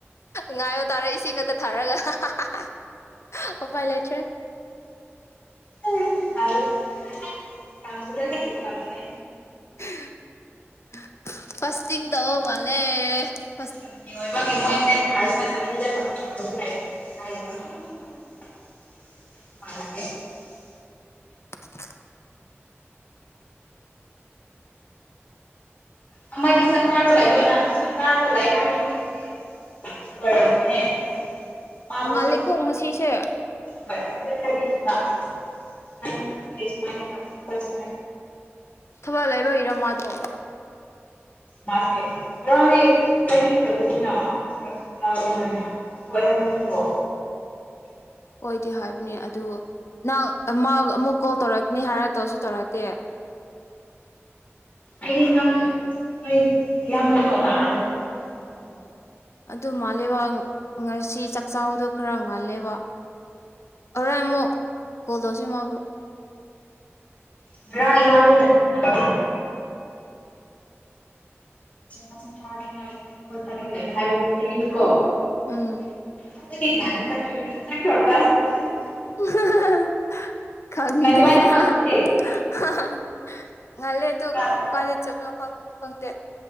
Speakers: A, on the left; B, on the left.
A: ꯉꯥꯏꯌꯣ ꯇꯥꯔ ꯏꯁꯤꯡ ꯈꯛꯇ ꯊꯥꯔꯒ ꯍꯥ ꯍꯥ ꯍꯥ ꯍꯥ ꯎꯄꯥꯏ ꯂꯩꯇ꯭ꯔꯦ
B: ꯌ <unintelligible> ꯀꯪꯕꯗ ꯍꯦꯟꯅ ꯀꯪꯕꯅꯦ
A: ꯐꯁ ꯍꯥ ꯐꯥꯁꯇꯤꯡ ꯇꯧꯕ ꯃꯥꯂꯦ
B: ꯁꯟꯗꯦ ꯑꯣꯏꯕꯒꯤ ꯃꯣꯏꯁꯦ ꯇꯥ <unintelligible> ꯇꯗ ꯐ <unintelligible> ꯍꯥꯏ <unintelligible> ꯍ <unintelligible>
A: <inaudible>
B: ꯑꯥꯃꯗꯤ ꯆꯀ꯭ꯔꯥꯒ ꯂꯩꯔꯦꯅ ꯆꯥꯛꯂꯒ ꯂꯩ ꯍꯥꯏꯕ ꯅꯨꯄꯤꯗꯨꯗꯤ ꯂꯣꯏꯔꯝꯃꯦ ꯃꯥꯕꯨꯁꯨ
A: ꯉꯜꯂꯤꯀꯣ ꯉꯁꯤꯁꯦ
B: ꯍꯣꯏ ꯍꯇ ꯍꯥꯏꯗꯤꯁꯤꯦ ꯋꯥ ꯁꯃꯥꯏ ꯆꯦ ꯁꯃꯥꯏꯅꯦ ꯇꯦ <unintelligible> ꯄꯆ
A: ꯊꯕꯛ ꯂꯩꯕꯒꯤꯔ ꯃꯥꯗꯣ
B: ꯃꯥꯁꯦ ꯃꯔꯝꯗꯤ ꯍꯥꯏꯕꯤ ꯐ꯭ꯔꯕꯅꯤꯅꯥꯛ ꯆꯤꯔꯥꯎꯆꯤꯡ ꯀꯥꯁꯤ ꯍꯥꯏꯅ ꯊꯣꯛꯑꯦ ꯍꯥꯏꯕꯅꯤ ꯍꯂꯣ
A: ꯑꯣꯏꯌꯦꯗꯤ ꯍꯥꯏꯕꯅꯦ ꯑꯗꯨꯕꯨ ꯅꯪ ꯃꯥ ꯑꯃꯨꯛ ꯀꯣꯜ ꯇꯧꯔꯛꯀꯅꯤ ꯍꯥꯏꯔ ꯇꯧꯁꯨ ꯇꯧꯔꯛꯇꯦ
B: ꯑꯩꯗꯤ ꯅꯪ ꯅꯣꯏ ꯏꯌꯥꯝꯕꯗꯣ ꯂꯥꯛꯑꯝꯒꯗ꯭ꯔꯥ ꯍꯥꯏꯅ ꯈꯟꯕꯀꯣ
A: ꯑꯗꯨ ꯑꯗꯨ ꯃꯥꯂꯦꯕ ꯉꯁꯤ ꯆꯥꯛ ꯆꯥꯕꯗꯣ ꯈꯔ ꯉꯜꯂꯦꯕ ꯍꯣꯔꯦꯜ ꯑꯃꯨꯛ ꯀꯣꯜ ꯇꯧꯁꯤ ꯃꯥꯕꯨ ꯍꯝ
B: ꯉꯔꯥꯡ ꯏꯕꯅꯤꯅ ꯋꯥꯅꯤꯅ ꯅꯪ ꯑꯌꯥꯝꯕꯅ ꯃꯁꯤꯡ ꯊꯥꯅꯤꯡꯉꯥꯏ ꯑꯩꯈꯣꯏ ꯈꯅꯒ ꯂꯩꯅ ꯍꯥꯏꯕ ꯍꯩꯔꯤꯕꯗꯣ
A: ꯎꯝ
B: ꯑꯗꯨꯒꯤ ꯀꯥꯢꯅ ꯆꯠꯈ꯭ꯔꯤꯕꯥ ꯆꯠꯈ꯭ꯔꯥꯕ ꯍꯥꯢꯅ ꯈꯟꯅ
A: ꯢꯍꯥ ꯍꯥ ꯍꯥꯥ ꯍꯥ ꯍꯥ ꯈꯪꯗꯦ
B: ꯉꯟꯃꯟꯗ꯭ꯔꯣ
A: ꯍꯥ ꯍꯥ
B: ꯑꯗꯨꯗꯤ
A: ꯍꯥ ꯍꯥ ꯍꯥ ꯉꯜꯂꯦ ꯑꯗꯨ
B: ꯉꯜꯂꯦ
A: ꯀꯥꯏꯗ ꯆꯠꯄꯅꯣ ꯈꯪꯁꯨ ꯈꯪꯗꯦ